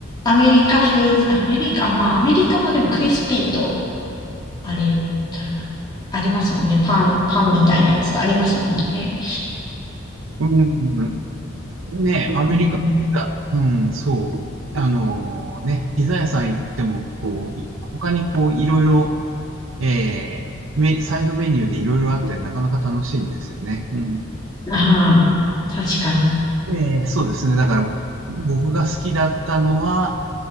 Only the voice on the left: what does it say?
アメリカ風、アメリカ、あまあ、アメリカもでもクリスピーと、あれ、たありますもんね。パン、パンみたいなやつとありますもんね。
うん
うん、ああ、確かに。